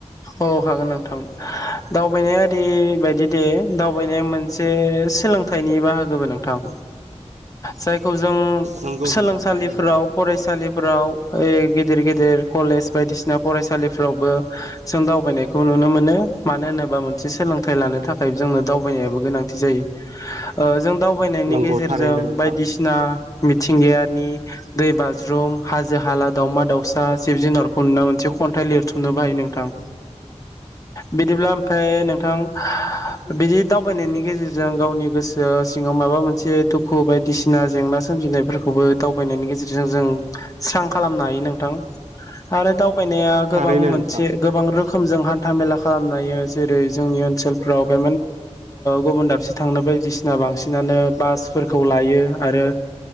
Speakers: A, on the left; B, on the right.
A: औ हागोन नोंथां दावबायनाया ओय बायदि दे दावबायनाया मोन सेस सोलोंथाइनि बाहागोबो नोंथां। जायखौ जों
B: नंगौ
A: सोलोंसालिफोराव
B: नोंथां थारैनो
A: फरायसालिफोराव यै गिदिर गि गेदेर कलेज बायदिसिना फरायसालिफ्रावबो जों दावबायनायखौ नुनो मोनो मानो होनोबा मोनसे सोलोंथाइ लानो थाखाय जोंनो दावबायनायाबो गोनांथि जायो ओ जों दाव बायनायनि
B: नंगौ
A: गेजेरजों
B: थारैनो नोंथां
A: बायदिसिना मिथिंगायानि दै बाज्रुम हाजो हाला दावमा दाावसा जिब जुनारखौ नुना मोनसे खन्थाइ लिर बुथुमनोबो हायो नोंथां। बिदिब्ला ओमफ्राय नोंथां बिदि दावबायनायनि गेजेरजों गावनि गोसो सिङाव माबा मोनसे दुखु बायदिसिना जेंना सोमजिनायफोरखौबो दावबायनायनि गेजेरजों जों स्रां खालामनो हायो नोंथां आरो दाव बायनाया
B: थारैनो
A: गोबां मोनसे
B: नोंथां
A: रोखोमजों हान्था मेला खालामनोहायो जेरै जोंनि ओनसोलफ्राव बे गुबुन दाबसे थांनो बायदिसिना बांसिनानो बासफोरखौ लायो आरो